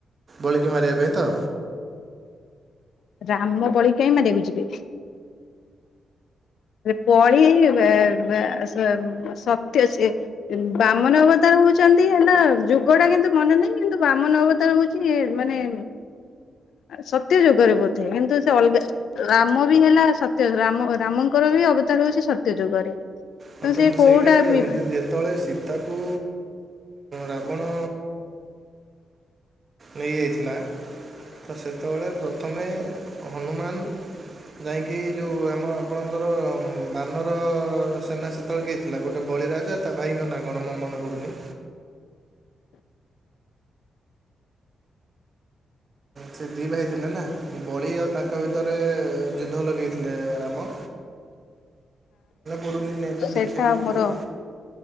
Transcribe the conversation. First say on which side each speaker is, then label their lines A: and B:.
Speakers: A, on the right (about 35°); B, on the left (about 75°).
A: ବଳିକି ମାରିବା ପାଇଁ ତ
B: ରାମ ବଳିକି କାଇଁ ମାରିବାକୁ ଯିବେ। ବଳି ବେ ବେ ସେ ସତ୍ୟ ସିଏ। ବାମନ ଅବତାର ହଉଛନ୍ତି ହେଲା ଯୁଗଟା କିନ୍ତୁ ମନେ ନାହିଁ କିନ୍ତୁ ବାମନ ଅବତାର ହଉ କି ମାନେ? ସତ୍ୟ ଯୁଗରେ ବୋଧେ କିନ୍ତୁ ସେ ଅଲଗା ରାମ ବି ହେଲା ସତ୍ୟ ରାମ ଙ୍କର ବି ଅବତାର ହଉଛି ସତ୍ୟ ଯୁଗରେ।
A: ହଁ ତ
B: ସେ
A: ମୁଁ
B: କୋଉଟା
A: ସେଇଟା କହିବାକୁଛନ୍ତି
B: ବି ହଁ
A: ଯେତେବେଳେ ସୀତାକୁ ରାବଣ ନେଇଯାଇଥିଲା ତ ସେତେବେଳେ ପ୍ରଥମେ ହନୁମାନ ଯାଇକି ଯଉ ଆମ ଆପଣଙ୍କର ବାନର ସେନା ସେ ତ କିଏ ଥିଲା ଗୋଟେ ବଳି ରାଜା ତା ଭାଇଙ୍କ ନାଁ କଣ ମୋ ମନେ ପଡୁନି। ସେ ଦି ଭାଇ ଥିଲେ ନା ବଳି ଆଉ ତାଙ୍କ ଭିତରେ ଯୁଦ୍ଧ ଲଗେଇଥିଲେ ରା ମ ପଡ଼ୁିନି ନେଟରେ
B: ସେଟା
A: ଦେଖିବାକୁ ପଡ଼ିବ।
B: ମୋର